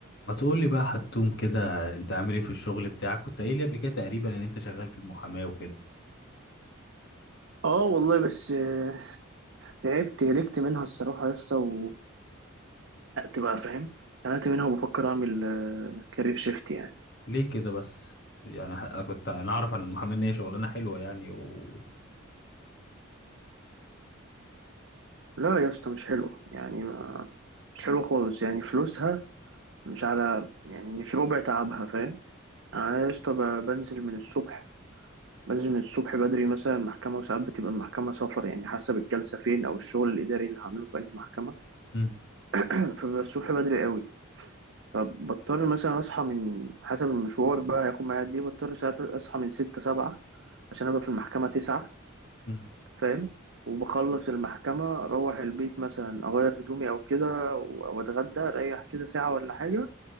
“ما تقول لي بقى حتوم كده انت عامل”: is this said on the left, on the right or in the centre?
Left